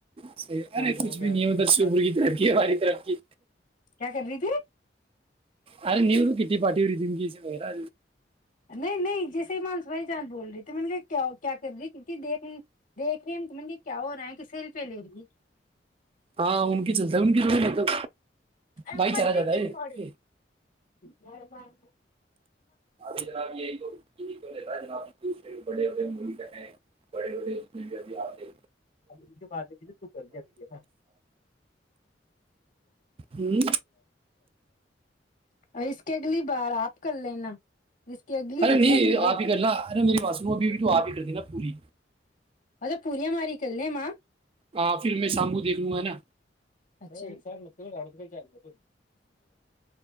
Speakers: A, on the right; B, on the left.
A: صحیح ارے
B: ڈہ لگ
A: کچھ بھی نہیں ہے ادھر شیوپور کی طرف کی ہماری طرف کی
B: کیا کر رہی تھی
A: ارے نہیںی ا کٹی پارٹی ہو رہی دم گیا
B: نہیں نہیں جیسے ہی مانس بھائی چاند بول رہی تو م کیا کر رہی کیونکہ دیکھ دیکھ رہے م کیا ہو رہا ہے کہسیل پہ لے رہی ہے
A: ہاں ان کی چلتا ہے ان کیی مطلب
B: ہم
A: بھائی
B: مردتیم
A: چارہ جاتا ہے
B: نو ہ مہربان
A: آار جناب آ توجناب پڑے ہو منے بڑے بڑےب آتے
B: اب کے بعد مجھے توک جاتی ہے ناات
A: ہوں
B: اور اس کے اگلی بار آپ کر لینا اس کی اگلی
A: ارے
B: مطلب
A: نہیں
B: کو
A: آپ ہی کرنا ارے میری بات سن ابھی ابھی تو آپ ہی کر دینا پوری
B: اھا پوریا ماری کلنے ماں
A: ہ پھر میں سامبو دیکھ لوں گا ہے نا
B: اچا ایک سات مھ چاہ گ